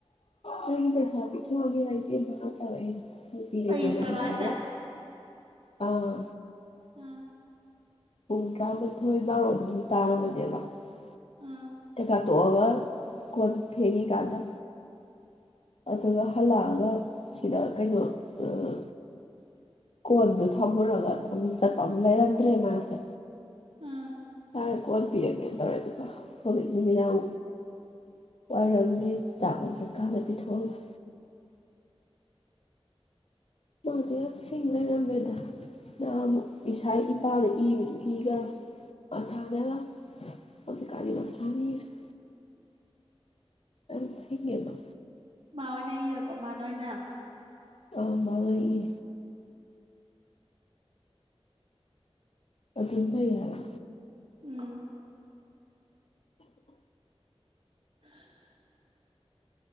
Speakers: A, on the left; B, on the right.
A: ꯅꯪꯒꯤ ꯄꯩꯁꯥ ꯄꯤꯊꯣꯛꯑꯒꯦ ꯂꯩꯇꯦꯕ ꯇꯧꯔꯛꯑꯦ <inaudible> ꯍꯣꯢ ꯄꯤꯔꯒꯦꯅ
B: ꯑꯌꯨꯛꯇꯔꯣ
A: ꯍꯥꯏꯔꯒ
B: ꯍꯥꯏꯁꯦ
A: ꯑꯥ
B: ꯑꯥ
A: ꯄꯨꯡ ꯇꯔꯥꯃꯥꯊꯣꯏ ꯕꯥꯔꯣ ꯑꯗꯨꯨꯃꯨꯛ ꯇꯥꯔꯝꯃꯅꯦꯕ
B: ꯎꯝ
A: <inaudible> ꯇꯣꯛꯑꯒ ꯀꯣꯟ ꯐꯦꯒꯤ ꯀꯥꯟꯗ ꯑꯗꯨꯒ ꯍꯜꯂꯛꯑꯒ ꯁꯤꯗ ꯀꯩꯅꯣ ꯑꯥ ꯀꯣꯟꯗꯨꯣ ꯊꯝꯃꯨꯔꯒ ꯑꯃꯨꯛ ꯆꯠꯄ ꯑꯃꯨꯛ ꯂꯩꯔꯝꯗ꯭ꯔꯦ ꯃꯥꯁꯤ
B: ꯎꯝ
A: ꯁꯥꯔꯦ ꯀꯣꯜ ꯄꯤꯔꯒꯦꯅ ꯇꯧꯔꯦ ꯑꯗꯨꯒ ꯍꯧꯖꯤꯛꯇ ꯅꯨꯃꯤꯗꯥꯡ ꯋꯥꯏꯔꯝꯒꯤ ꯆꯥꯕ ꯆꯠꯀꯥꯟꯗ ꯄꯤꯊꯣꯛꯑꯝꯒꯦ ꯃꯥꯗꯨ ꯌꯥꯝ ꯁꯤꯡ ꯂꯩꯔꯝꯃꯦꯗ ꯅꯍꯥꯜ ꯑꯃꯨꯛ ꯏꯁꯥꯒꯤ ꯏꯄꯥꯗ ꯏꯕꯗꯨ ꯏꯗ꯭ꯔꯝ ꯃꯁꯥꯅꯒ ꯍꯧꯖꯤ ꯀꯥꯟꯗꯤ ꯃꯁꯥꯅ ꯏꯔꯦ <unintelligible> ꯑ ꯁꯤꯒꯤ ꯑꯃ
B: ꯃꯥꯏ ꯑꯣꯏꯅ ꯏꯔꯕꯣ ꯃꯥ ꯅ ꯑꯣꯏꯅ
A: ꯑ ꯃꯥꯅꯔꯛ ꯏ ꯑꯗꯨꯟ ꯐꯩ ꯍꯥꯢꯕ
B: ꯎꯝ <inaudible>